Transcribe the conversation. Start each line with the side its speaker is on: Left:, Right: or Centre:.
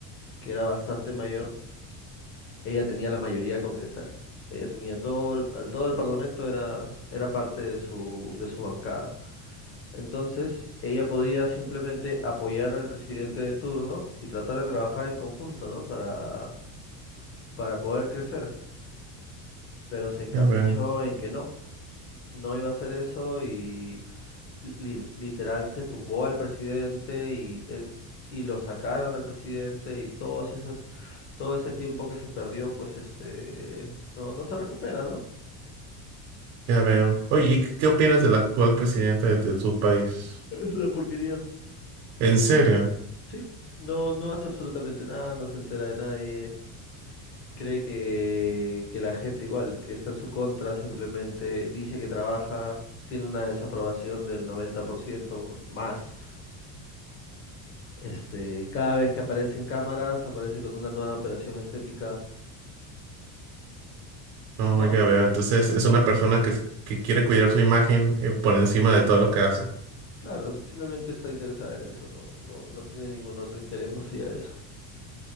Left: que era bastante mayor, ella tenía la mayoría congresal. Ella tenía todo el, al- todo el parlamento era, era parte de su, de su bancada. Entonces, ella podía simplemente apoyar al presidente de turno y tratar de trabajar en conjunto, ¿no? Para, para poder crecer. Pero se encaprichó
Right: ya veo,
Left: en que no. no iba a hacer eso y li- literal se tumbó al presidente y, eh, y lo sacaron al presidente y todos esos, todo ese tiempo que se perdió, pues este, no, no se recupera, ¿no?
Right: ya veo. Oye, ¿y qué opinas del actual presidente de, de tu país?
Left: Es una porquería.
Right: ¿En serio?
Left: Sí, no, no hace absolutamente nada, no se entera de nadie. Cree que, que la gente igual, que está en su contra, simplemente dice que trabaja, tiene una desaprobación del 90% más. Este, cada vez que aparece en cámaras, aparece con una nueva operación estética.
Right: No,
Left: No,
Right: ya veo. Entonces, es una persona que, s- que quiere cuidar su imagen, eh, por encima de todo lo que hace.
Left: claro, simplemente está interesada en eso, no, no, no tiene ningún otro interés más allá de eso.